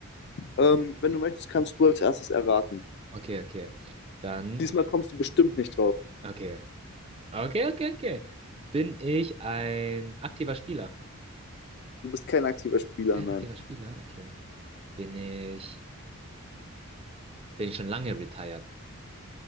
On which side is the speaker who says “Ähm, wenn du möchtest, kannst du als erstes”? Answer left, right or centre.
Left